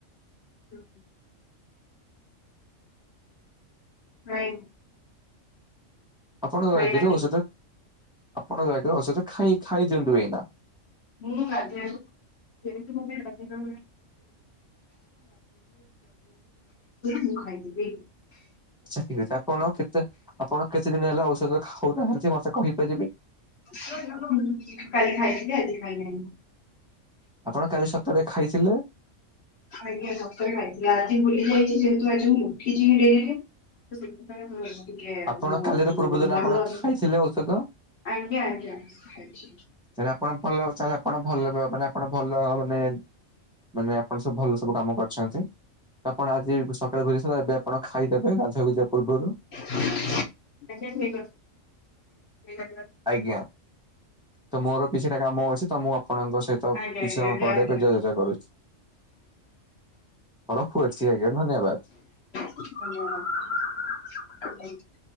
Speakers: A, on the left; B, in the centre.
A: ହୁଁ ଉ। ହାଇଁ
B: ଆପଣଙ୍କ
A: ଭାଇ
B: ଏବେ
A: ନାହିଁ
B: ଯୋଉ ଔଷଧ ଆପଣଙ୍କ ଏବେ ଔଷଧ ଖାଇ ଖାଇ ଦିଅନ୍ତୁ ଏଇନା।
A: <unintelligible> <unintelligible> ପୂର୍ବରୁ ମୁଁ ଖାଇଦେବି।
B: ଆଚ୍ଛା ଠିକ ଅଛି ଆପଣ କେତେ ଆପଣ କେତେ ଦିନ ହେଲା ଔଷଧ ଖାଉନାହାନ୍ତି ମତେ କହିପାରିବେ?
A: କାଲି ଖାଇଥିଲି ଆଜି ଖାଇନି।
B: ଆପଣ କାଲି ସତରେ ଖାଇଥିଲେ?
A: ଆଜ୍ଞା ସତରେ ଖାଇଥିଲି ଆଜି ଭୁଲି ଯାଇଛି ଯେହେତୁ ଆଜି ମୁଁ ଉଠିଛି ଡ଼େରିରେ। ସେଥିପାଇଁ ମୁଁ ଟିକେ
B: ଆପଣ
A: ମୁ
B: କାଲିର
A: ଯୋଉ
B: ପୂର୍ବ ଦିନ
A: ମନର
B: ଆପଣ ଖାଇଥିଲେ ଔଷଧ?
A: ଆଜ୍ଞା ଆଜ୍ଞା ଖାଇଛି।
B: ଚାଲେ ଆପଣ ଭଲ ଚାଲେ ଆପଣ ଭଲରେ ମାନେ ଆପଣ ଭଲ ମାନେ ମାନେ ଆପଣ ସବୁ ଭଲ ସବୁ କାମ କରିଛନ୍ତି? ଆପଣ ଆଜି ସକାଳେ ଭରି ସ ଏବେ ଆପଣ ଖାଇଦେବେ ଗାଧାକୁ ଯିବା ପୂର୍ବରୁ।
A: ଆଜ୍ଞା ଠିକ ଅଛି।
B: ଆଜ୍ଞା ତ ମୋର କିଛିଟା କାମ ଅଛି ତ ମୁଁ ଆପଣଙ୍କ ସହି ତ
A: ଆଜ୍ଞା
B: କିଛି
A: ଆଜ୍ଞା
B: ସମୟ ପରେ
A: ଆଜ୍ଞା ଆଜ୍ଞା।
B: ଏବେ ଯୋଗୋଗ କରୁଛି। ରଖୁଅଛି ଆଜ୍ଞା ଧନ୍ୟବାଦ।
A: <unintelligible>